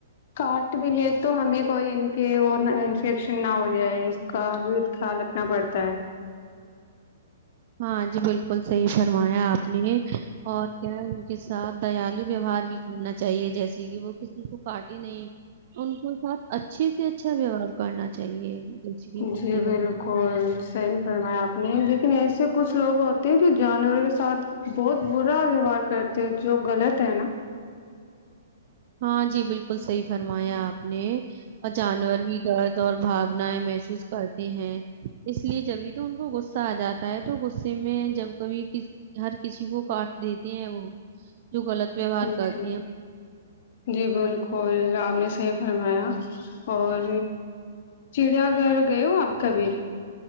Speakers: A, on the left; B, on the right.
A: کاٹ بھی لے تو ہمیں کوئی ان کے اور انفیکشن نہ ہو جائے اس کا بھی خیال رکھنا پڑتا ہے
B: ہاں جی بالکل صحیح فرمایا آپ نے اور کیا ان کے ساتھ دیالو ویوہار بھی کرنا چاہیے جیسے کہ وہ کسی کو کاٹے نہیں ان کو ساتھ اچھے سے اچھا ویوہار کرنا چاہیے جیسے کہ
A: جی
B: کتے
A: بالکل
B: وغیرہ
A: صحی فرمایا آپ نے ل لن ایسے کچھ لوگ ہوتے ہیں جو جانور کے ساتھ بہت برا ویوہار کرتے ہیں جو غلط ہے نا
B: ہاں جی بالکل صی فر فرمایا آپ نے اور جانور بھی دس دور بھاناائیں محسوس کرتے ہیں اس لیے جبھی تو ان کو غصہ آ جاتا ہے تو غصے میں جب کبھی ک ہر کسی کو کاٹ دیتے یہ وہ جو غلط ویوہار
A: جی
B: کرتی ہیں
A: جی بالکل آپ نے صحیح فرمایا اور چڑیا گھر گئے ہو آپ کبھی